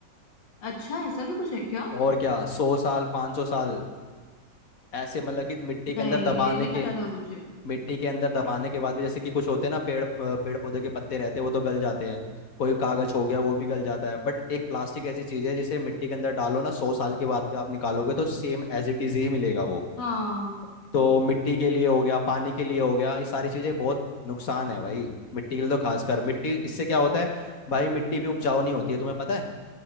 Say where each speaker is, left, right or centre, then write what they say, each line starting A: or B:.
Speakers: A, on the left (about 85°); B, on the left (about 55°).
A: अच्छा ऐसा भी कुछ है क्या
B: और क्या सौ साल पाँच सौ साल ऐसे मतलब कि मिट्टी के
A: नहीं
B: अंदर दबाने
A: ये नहीं
B: के
A: पता था मुझे
B: मिट्टी के अंदर दबाने के बाद भी जैसे कि कुछ होते हैं ना पेड़ प- पेड़ पौधे के पत्ते रहते हैं वो तो गल जाते हैं कोई कागज हो गया वो भी गल जाता है बट एक प्लास्टिक ऐसी चीज है जिसे मिट्टी के अंदर डालो ना सौ साल के बाद भी आप निकालोगे तो सेम एज इट इज ही मिलेगा वो
A: हाँ
B: तो मिट्टी के लिए हो गया पानी के लिए हो गया ये सारी चीजें बहुत नुकसान है भाई मिट्टी के लिए तो खासकर मिट्टी इससे क्या होता है भाई मिट्टी भी उपजाऊ नहीं होती है तुम्हें पता है